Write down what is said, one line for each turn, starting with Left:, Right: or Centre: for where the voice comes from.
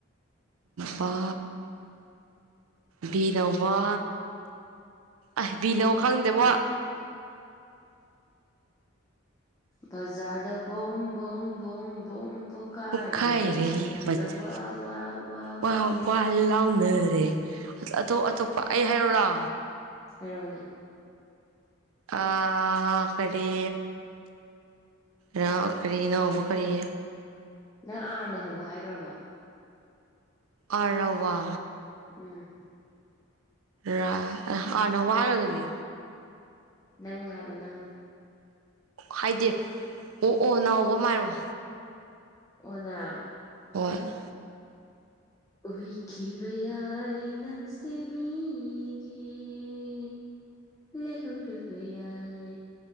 Right: ꯕꯥ ꯄꯤꯅꯋꯥ ꯑꯍꯕꯤꯅꯣ ꯈꯪꯗꯦꯕꯣ
Left: ꯕꯖꯥꯔ ꯗ ꯕꯨꯝ ꯕꯨꯝ ꯕꯣꯝ ꯕꯣꯝ ꯄꯣꯈꯥꯏꯔꯦ
Right: ꯄꯣꯛꯈꯥꯏꯔꯦ
Left: ꯃꯌꯥꯝꯅ
Right: ꯕꯖ
Left: ꯋꯥ ꯋꯥ
Right: ꯋꯥ
Left: ꯋꯥ
Right: ꯋꯥ ꯂꯥꯎꯅꯔꯦ ꯑꯇꯣꯞ ꯑꯇꯣꯞꯄ ꯑꯩ ꯍꯥꯏꯔꯛꯎꯔꯣ
Left: ꯍꯥꯏꯔꫭꯅꯦ
Right: ꯑ ꯀꯔꯤ ꯔꯥ ꯀꯔꯤꯅꯅꯥꯍꯎꯕ ꯀꯔꯤ
Left: ꯅꯪ ꯑꯥꯔꯅ ꯍꯧꯕ ꯍꯥꯏꯈ꯭ꯔꯕꯣ
Right: ꯑꯔꯋꯥ
Left: ꯎꯝ
Right: ꯔꯥ ꯑꯥꯔꯅ ꯍꯧꯕ ꯑꯃ ꯍꯥꯏꯒ꯭ꯔꯗꯨꯗꯤ
Left: ꯅꯪ ꯍꯥꯏꯕ ꯅꯪꯅ
Right: ꯍꯥꯏꯗꯦ ꯑꯣ ꯑꯣ ꯅꯥꯍꯧꯕ ꯑꯝꯍꯥꯏꯔꫭ
Left: ꯑꯣꯅꯥ
Right: ꯍꫭꯏ
Left: ꯑꯣꯏꯏꯈꯤꯕꯈꯤꯕ ꯌꯥꯏ ꯅꯪꯁ ꯃꯤꯒꯤꯦ ꯂꯩꯍꯧꯔꯕ ꯌꯥꯏ